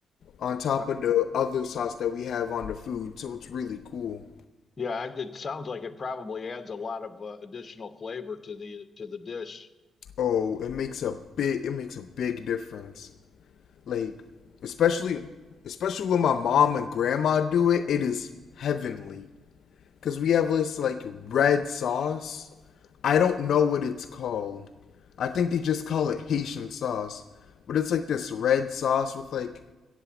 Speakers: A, on the left (about 70°); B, on the left (about 35°).
A: on top
B: Uh,
A: of the other sauce that we have on the food. So it's really cool.
B: yeah, I- it sounds like it probably adds a lot of uh, additional flavor to the to the dish.
A: Oh, it makes a big it makes a big difference. Like especially especially when my mom and grandma do it, it is heavenly. Because we have this, like, red sauce. I don't know what it's called. I think they just call it Haitian sauce. But it's like this red sauce with, like,